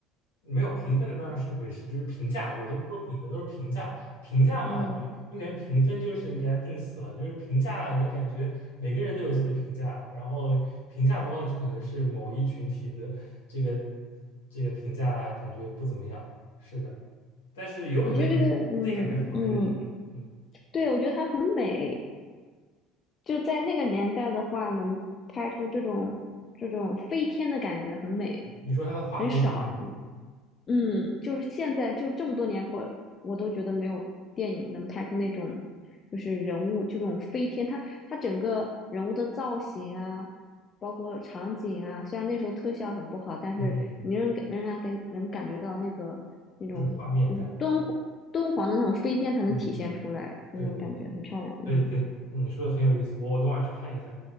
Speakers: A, on the left; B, on the left.
A: 没有评分的当然是一回事，就是评价，我都不说评分，都是评价。评价嘛，
B: 嗯，
A: 就因为感觉评分就是你给它定死了，就是评价就感觉每个人都有自己的评价，然后评价不好，只可能是某一群体的这个这个评价感觉不怎么样。是的，但是有很多你自己感觉好看就行了。
B: 我觉得这个，嗯嗯，
A: 嗯，
B: 对，我觉得它很美，就在那个年代的话，能拍出这种这种飞天的感觉，很美，
A: 你说它的画风很美。
B: 很少。嗯嗯，就是现在就这么多年过，我都觉得没有电影能拍出那种，就是人物就这种飞天，它它整个人物的造型啊，包括场景啊，虽然那时候特效很不好，但是你仍感仍然感能感觉到那个那种就是敦煌敦煌的那种飞天才能体现出来，
A: 嗯嗯，这种画面感，嗯嗯，
B: 就那种感觉很漂亮。
A: 对对对，可以可以，
B: 嗯
A: 嗯你说的很有意思，我我等会儿去看一下。